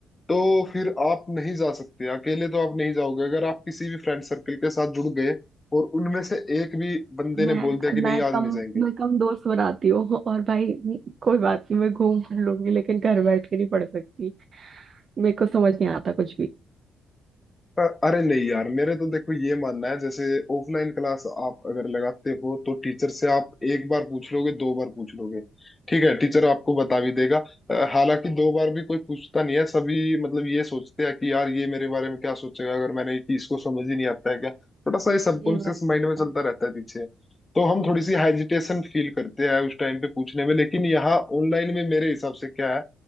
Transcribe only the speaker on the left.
तो फिर आप नहीं जा सकते अकेले तो आप नहीं जाओगे अगर आप किसी भी फ्रेंड सर्कल के साथ जुड़ गए और उनमें से एक भी बंदे
ने बोल दिया कि नहीं
आज
नहीं जाएंगे
अ- अरे नहीं यार मेरे तो देखो ये मानना है जैसे ऑफलाइन क्लास आप अगर लगाते हो तो टीचर से आप एक बार पूछ लोगे दो बार पूछ लोगे ठीक है टीचर आपको बता भी देगा अ, हालांकि दो बार भी कोई पूछता नहीं है सभी मतलब ये सोचते हैं कि यार ये मेरे बारे में क्या सोचेगा अगर मैंने कि इसको समझ ही नहीं आता है क्या थोड़ा सा ये सबकॉन्शियस
माइंड में चलता
रहता है पीछे तो हम थोड़ी
सी हेजिटेशन फील करते हैं उस टाइम पे पूछने में लेकिन यहाँ ऑनलाइन में मेरे हिसाब से क्या है